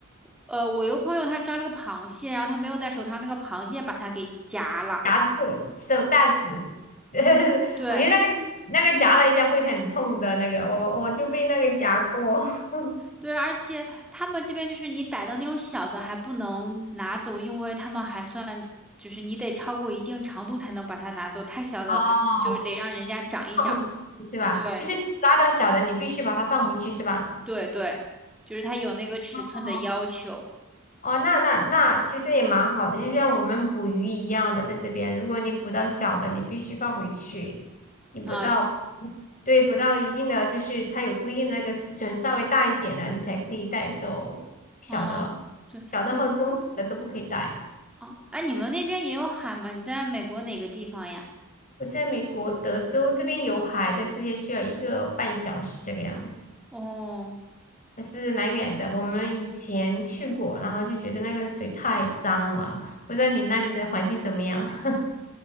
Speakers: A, in the centre; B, on the left.
A: 呃，我有个朋友他抓了个螃蟹，然后他没有戴手套，那个螃蟹把它给夹了。
B: 夹住了手大指，<laughs>
A: 对，
B: 我觉得那个那个夹了一下会很痛的那个，我我就被那个夹过，<laughs>
A: 对，而且他们这边就是你逮到那种小的还不能拿走，因为他们还算就是你得超过一定长度才能把它拿走，太小的你就是得让人家长一长。
B: 哦，回去是吧？
A: 对
B: 就是你抓到小的，你必须把它放回去是吧？
A: 对对，就是它有那个尺寸的要求
B: 哦。哦，那那那其实也蛮好的，就像我们捕鱼一样的，在这边，如果你捕到小的，你必须放回去，你捕到，
A: 啊，
B: 对，捕到一定的，就是它有规定的那个尺寸，稍微大一点的，你才可以带走小的，
A: 嗯，对你
B: 小的和中等的都不可以带。
A: 啊，哎，你们那边也有海吗？你在美国哪个地方呀？
B: 我在美国德州这边有海，但是也需要一个半小时这个样子，
A: 哦，
B: 还是蛮远的。我们以前去过，然后就觉得那个水太脏了，不知道你那里的环境怎么样？<laughs>